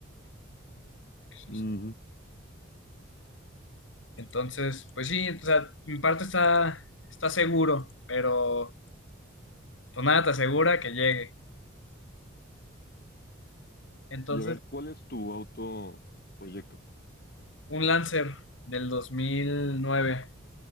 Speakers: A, on the left (about 65°); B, on the left (about 50°).
A: Pues,
B: Ujú.
A: este, Entonces, pues sí, o sea, en parte está, está seguro, pero pues nada te asegura que llegue. Entonces,
B: Y a ver, ¿cuál es tu auto proyecto?
A: un Lancer del 2009